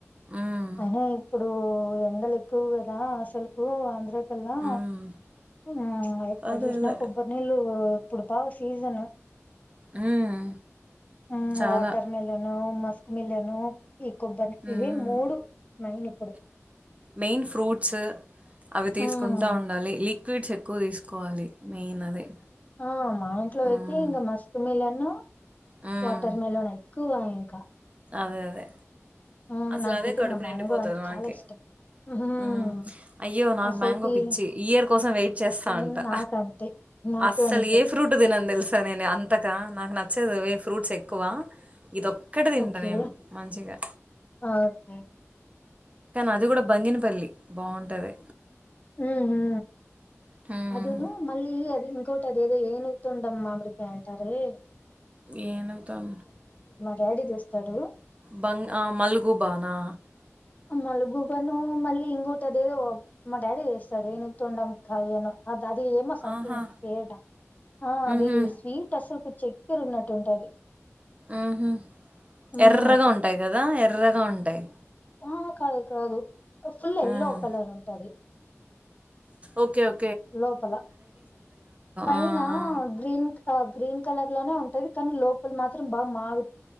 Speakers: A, on the right; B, on the left.
A: మ్మ్
B: అయినా ఇప్పుడు ఎండలు ఎక్కువు కదా అసలుకు ఆంధ్ర హలో
A: మ్మ్
B: ఆ ఎక్కడ
A: అదే
B: చూసినా
A: అదే
B: కొబ్బరి నీళ్ళు ఇప్పుడు పావ్ సీజన్
A: మ్మ్
B: మ్మ్
A: చాలా
B: వాటర్ మలన్ మ మస్క్ మిలన్ ను ఈ కొబ్బరిని
A: మ్మ్
B: ఇవి మూడు మైన్ ఇప్పుడు
A: మెయిన్ ఫ్రూట్స్ అవి తీసుకుంటా
B: హ్మ్
A: ఉండాలి లీక్ ఫ్రూట్స్ ఎక్కువ తీసుకోవాలి మెయిన్ అది.
B: ఆ మా ఇంట్లో
A: హ్మ్.
B: అయితే ఇంకా మస్క్ మిలన్ హలో
A: హ్మ్.
B: వాటర్మిలన్ అయ్ కువా ఇంకా
A: అదే అదే
B: హ్మ్
A: అసలు
B: నాకైతే
A: అదే కడుపు
B: ఇంగ
A: నిండిపోతాది
B: మ్యాంగో అంటే
A: మకి
B: చాలా ఇష్టం. హ్మ్
A: ఉ అయ్యో నాకు
B: అసలుకి
A: మ్యాంగో పిచ్చి ఈ ఇయర్ కోసం వెయిట్ చేస్తా
B: ఏం
A: ఉంటా
B: నాకంతే నాకు
A: అస్సలు
B: అంతే
A: ఏ ఫ్రూట్ తినను తెలుస్ నేను అంతక నాకు నచ్చేదు వేపు ఫ్రూట్స్ ఎక్కువ ఇదొక్కటి తిం
B: ఓకే
A: అదేఏం మంచిగా
B: ఓకే ఓకే
A: అది కూడా బంగినపల్లి బాగు ఉంటాది
B: ఉ ఉ
A: హ్మ్.
B: అదేను మళ్ళీ అది తోటది ఏదో ఎను తుంటం మామిడి కాయ నీ టారే
A: ఏనుగుతం
B: డాడీ తెస్తాడు.
A: బంగ్ మల్గుబానా
B: మలుగుబను మల్ ఇంగోట అదేదో మా డాడీ తేస్తాడే ఏనుగు తొండంకాయ్ ఆగ్ అది ఏమ సంథింగ్
A: ఆహా
B: కేట అది
A: మ్హూ,
B: స్వీట్ అసలు చీకేరా ఉన్నట్టు ఉంటది
A: మ్మ్హు
B: హ్మ్.
A: ఎర్రగా ఉంటాయి కదా ఎర్రగా ఉంటాయి
B: ఆ కాదు కాదు ఫుల్ ఎల్లో
A: మ్.
B: కలర్ ఉంటది
A: ఓకే ఓ
B: లోపల పైన
A: ఆ, ఆ.
B: గ్రీన్ గ్రీన్ కలర్ లోనే ఉంటది కానీ లోపల మాత్రం బాగా మాగు